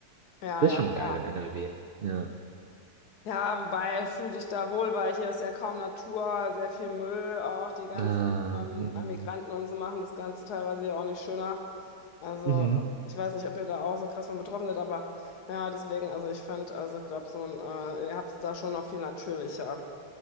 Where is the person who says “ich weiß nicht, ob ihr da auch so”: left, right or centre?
Left